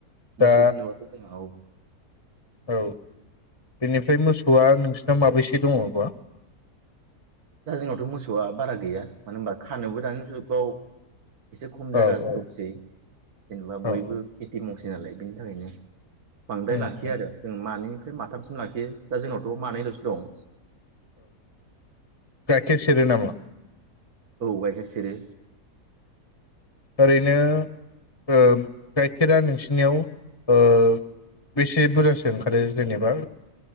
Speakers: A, on the left (about 20°); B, on the right (about 70°).
A: दा
B: मोसौ होनोबाथ' जोंहा औ
A: औ बेनिफ्राय मोसौआ नोंसि आ माबैसे दङबा?
B: दा जोंनावथ' मोसौआ बारा गैया मानो होनबा खानोबो दानि जुगाव एसे खम जायगा
A: औ औ
B: दंसै जेनेबा बयबो
A: औ
B: खेथि मावसै। नालाय बेनि थाखायनो बांद्राय
A: उम
B: लाखियो
A: उम
B: आरो जों मानि माथामिस लाखि दा जोंनाव मानैल'सो दं।
A: केसिरि नामा?
B: औ गाइखेर सेरो।
A: ओरैनो ओ गाइखेरा नोंसिनियाव ओ बेसे बुरजासो ओंखारो जेनेबा